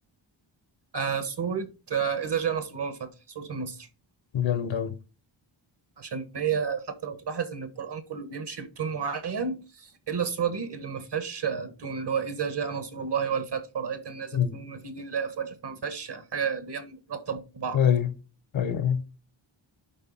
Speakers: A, on the right; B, on the left.
A: آه سورة آه إذا جاء نصر الله والفتح سورة النصر
B: جامد اوي
A: عشان هي حتى لو تلاحظ ان القرآن كله بيمشي بتون معين الا السورة دي اللي ما فيهاش تون اللي هو اذا جاء نصر الله والفتح ورأيت الناس
B: مم.
A: يدخلون في دين الله افواجا فما فيهاش حاجة اللي هي رابطة ببعض
B: ايوه ايوه